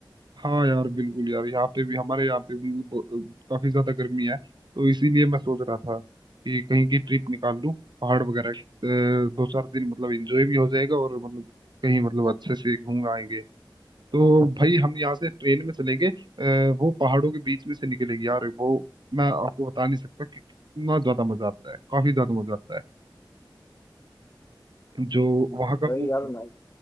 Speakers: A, on the right; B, on the left.
A: हाँ यार बिल्कुल यार यहाँ पे भी हमारे यहाँ पे भी मतलब ब- काफी ज्यादा गर्मी है तो इसीलिए मैं सोच रहा था कि कहीं की ट्रिप निकाल लूँ पहाड़ वगैरह की। अ, दो चार दिन मतलब एंजॉय भी हो जाएगा और मतलब कहीं मतलब अच्छे से घूम आएंगे तो भाई हम यहाँ से ट्रेन में चलेंगे अ, वो पहाड़ों के बीच में से निकलेगी यार वो मैं आपको बता नहीं सकता कि कितना ज्यादा मजा आता है काफी ज्यादा मजा आता है जो
B: हम्म,
A: वहाँ का
B: भाई
A: वो
B: यार मैं